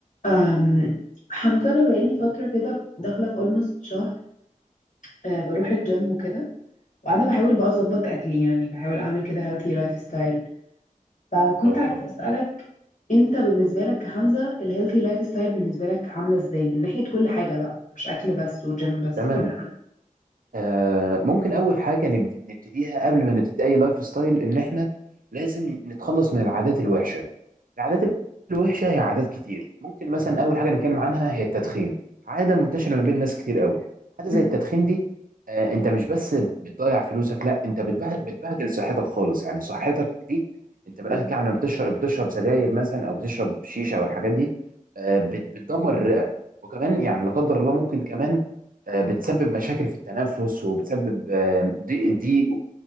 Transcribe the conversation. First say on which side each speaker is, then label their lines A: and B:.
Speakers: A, on the left (about 70°); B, on the right (about 85°).
A: أم حمزة أنا بقالي فترة كده ف- داخلة في almost شهر أه بروح الجيم وكده وقاعدة بحاول بقى أظبط أكلي يعني بحاول أعمل كده healthy lifestyle فكنت
B: اه
A: عايزة أسألك أنت بالنسبة لك كحمزة ال healthy lifestyle بالنسبة لك عاملة إزاي من ناحية كل حاجة بقى مش أكل بس وجيم بس
B: تمام
A: كل حاجة
B: آه ممكن اول حاجه نبد- نبتديها قبل ما نبتدي اي لايف ستايل ان احنا لازم نتخلص من العادات الوحشه العادات الوحشه هي عادات كتير ممكن مثلا اول حاجه نتكلم عنها هي التدخين عاده منتشره ما بين ناس كتير قوي حاجه زي
A: أم،
B: التدخين دي آه انت مش بس بتضيع فلوسك لا انت بتبه- بتبهدل صحتك خالص يعني صحتك دي انت من
A: أم،
B: الاخر كده لما بتشرب بتشرب سجاير مثلا او بتشرب شيشه والحاجات دي آه بت- بتدمر الرئه وكمان يعني لا قدر الله ممكن كمان آه، بتسبب مشاكل في التنفس وبتسبب آه، ضيق ضيق